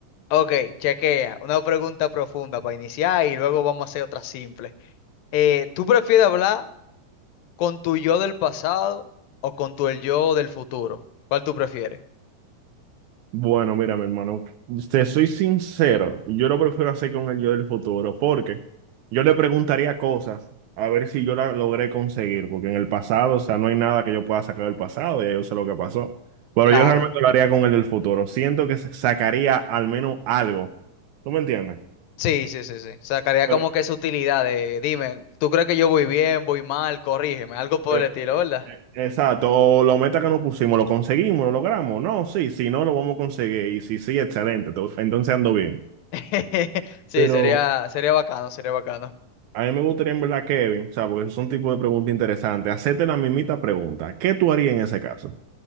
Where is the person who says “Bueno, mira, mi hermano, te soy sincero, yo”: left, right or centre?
Right